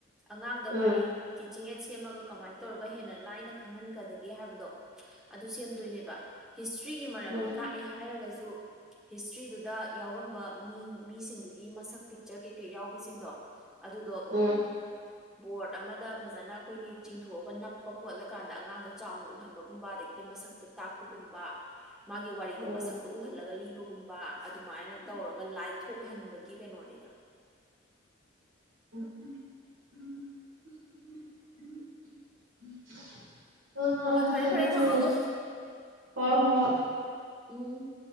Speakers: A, in the centre; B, on the right.
A: ꯑꯉꯥꯡꯗ
B: ꯎꯝ
A: ꯀꯔꯤ ꯇꯤꯆꯤꯡ ꯑꯦꯠ ꯁꯦꯝꯃꯒ ꯀꯃꯥꯏꯅ ꯇꯧꯔꯒ ꯍꯦꯟꯅ ꯂꯥꯏꯅ ꯈꯪꯍꯟꯒꯗꯒꯦ ꯍꯥꯏꯕꯗꯣ ꯑꯗꯨ ꯁꯦꯝꯗꯣꯏꯅꯦꯕ ꯍꯤꯁꯇ꯭ꯔꯤꯒꯤ ꯃꯔꯝꯗ
B: ꯎꯝ
A: ꯇꯥꯛꯑꯦ ꯍꯥꯏꯔꯒꯁꯨ ꯍꯤꯁꯇ꯭ꯔꯤꯗꯨꯗ ꯌꯥꯎꯔꯝꯕ ꯃꯤ ꯃꯤꯁꯤꯡꯗꯨꯒꯤ ꯃꯁꯛ ꯄꯤꯛꯆꯔ ꯀꯩꯀꯩ ꯌꯥꯎꯕꯁꯤꯡꯗꯣ ꯑꯗꯨꯗꯣ
B: ꯎꯝ
A: ꯕꯣꯔꯠ ꯑꯃꯗ ꯐꯖꯅ ꯑꯩꯈꯣꯏꯒꯤ ꯆꯤꯡꯊꯣꯛꯑꯒ ꯅꯞꯄ ꯈꯣꯠꯂꯀꯥꯟꯗ ꯑꯉꯥꯡꯗ ꯆꯥꯎꯅ ꯎꯍꯟꯕꯒꯨꯝꯕ ꯑꯗꯒꯤꯗꯤ ꯃꯁꯛ ꯇꯥꯛꯄꯒꯨꯝꯕ ꯃꯥꯒꯤ ꯋꯥꯔꯤꯗꯣ
B: ꯎꯝ
A: ꯃꯁꯛꯇꯣ ꯎꯍꯜꯂꯒ ꯕꯒꯨꯝꯕ ꯑꯗꯨꯃꯥꯏꯅ ꯇꯧꯔꯒ ꯂꯥꯏꯊꯣꯛꯍꯟꯕꯒꯤ ꯀꯩꯅꯣꯅꯤꯗ
B: ꯎꯝ <unintelligible> ꯍꯣꯢ ꯍꯣꯢ
A: ꯍꯣꯏ ꯐꯔꯦ
B: ꯑꯗꯨꯅꯦ
A: ꯐꯔꯦ ꯊꯝꯃꯒꯦ
B: ꯍ ꯍꯣ ꯍꯣꯏ
A: ꯎꯝ